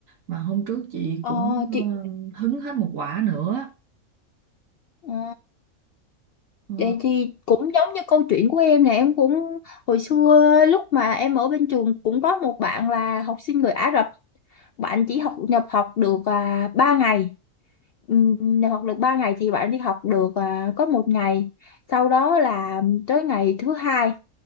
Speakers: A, on the right; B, on the left.
A: Mà hôm trước chị
B: Ờ,
A: cũng
B: chị
A: ờ, hứng hết một quả nữa.
B: Ờ,
A: Ờ,
B: Vậy thì cũng giống như câu chuyện của em nè em cũng hồi xưa lúc mà em ở bên trường cũng có một bạn là học sinh người Ả Rập bạn chỉ học nhập học được à, 3 ngày Ừm, nhập học được 3 ngày thì bạn đi học được à, có một ngày sau đó là tới ngày thứ hai